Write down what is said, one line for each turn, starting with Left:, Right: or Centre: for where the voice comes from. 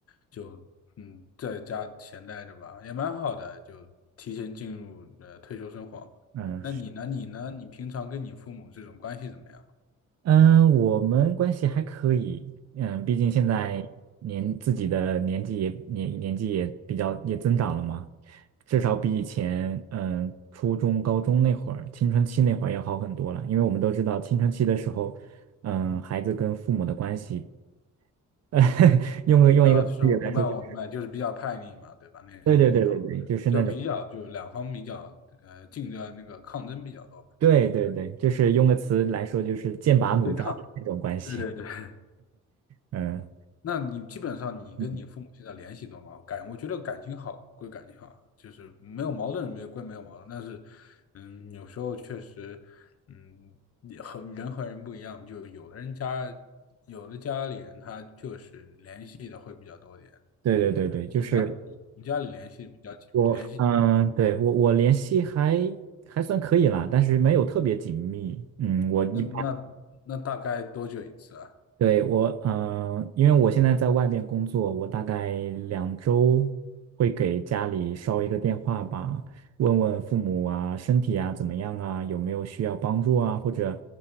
Left: 就嗯，在家闲待着吧，也蛮好的，就提前进入呃退休生活嘛。
Right: 嗯
Left: 那你呢？你呢？你平常跟你父母这种关系怎么样？
Right: 嗯，我们关系还可以。嗯，毕竟现在年自己的年纪也年年纪也比较也增长了嘛，至少比以前嗯初中、高中那会儿青春期那会儿要好很多了。因为我们都知道青春期的时候，嗯，孩子跟父母的关系，<laughs> 用个用一个词语来说就，
Left: 呃，是我明白，我明白，就是比较叛逆嘛，对吧？那是那时候
Right: 对对对对对，就是那种
Left: 就比较就两方比较呃竞争那个抗争比较多嘛，
Right: 对对对，就是用个词来说就是剑拔弩张的那种关系。
Left: 对抗，对对对。
Right: 嗯
Left: 那你基本上你跟你父母现在联系多吗？
Right: 嗯，
Left: 感我觉得感情好归感情好，就是没有矛盾没有归没有矛盾，但是嗯，有时候确实嗯，也和人和人不一样，就有的人家有的家里人他就是联系的会比较多一点。
Right: 对对对对，就是。
Left: 你呢？你家里联系比较紧密，
Right: 我嗯，
Left: 联系紧密
Right: 对，我我联系还还算可以啦，但是没有特别紧密。嗯，我一
Left: 那那那大概多久一次啊？
Right: 对，我，嗯、因为我现在在外边工作，我大概两周会给家里捎一个电话吧，问问父母啊，身体啊怎么样啊，有没有需要帮助啊，或者，